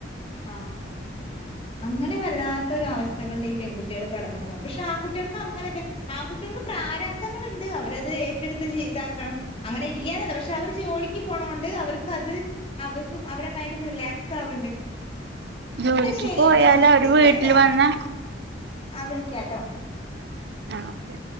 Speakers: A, on the left (about 30°); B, on the right (about 65°).
A: ആ അങ്ങനെ വല്ലാത്തൊരവസ്ഥകളിൽ ഈ പെൺകുട്ടികള് കടന്നു പോണ പക്ഷേ ആകുട്ടികൾക്ക് അങ്ങനെല്ലെ ആകുട്ടികൾക്ക് പ്രാ പ്രാരാബ്ദങ്ങൾ ഇണ്ട് അവരത് ഏറ്റെടുത്ത് ജീ ഇതാക്കണം, അങ്ങനെ ഇല്യാന്നല്ല പക്ഷേ അവര് ജോലി ക്ക് പോണോണ്ട് അവർക്ക് അത് അവർക്ക് അവര മൈൻഡ് റിലാക്സ് ആവ്ണ്ട്.
B: ജോലിക്ക്
A: ന്നാ ശരിട്ടോ
B: പോയാല
A: ഞാൻ
B: അവര്
A: വിളിക്കാട്ടോ
B: വീട്ടിൽ വന്ന
A: ആ വിളിക്കാട്ടോ.
B: ആ ഓക്കെ.